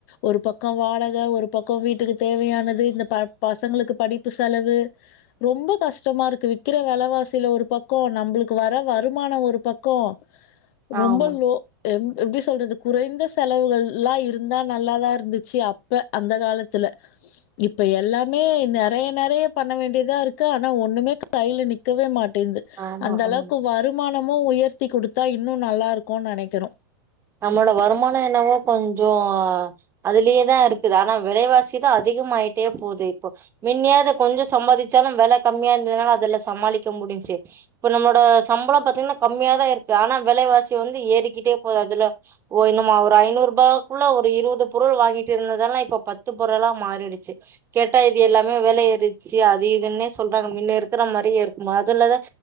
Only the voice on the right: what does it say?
ஆமா
ஆமா
ஆமா
நம்மளோட வருமானோ என்னவோ கொஞ்சோ அதுலயேதா இருக்குது ஆனா விலைவாசிதா அதிகமாயிட்டே போகுது இப்போ மின்னியாது கொஞ்ச சம்பாதிச்சாலு வெல கம்மியா இருந்ததுனால அதுல சமாளிக்க முடிஞ்ச்சு இப்ப நம்மோட சம்பளம் பாத்தீங்கன்னா கம்மியாதா இருக்கு ஆனா விலைவாசி வந்து ஏறிக்கிட்டே போது அதுல ஓ என்னம்மா ஒரு ஐநூறுரூபாக்குள்ள ஒரு இருபது பொருள் வாங்கிட்டு இருந்ததெல்லா இப்ப பத்து பொருளா மாறிடுச்சு கேட்டா இது எல்லாமே வெல ஏறிடுச்சு அது இதுன்னே சொல்றாங்க மின்ன இருக்கிற மாரியே இருக்குமா அதுலதா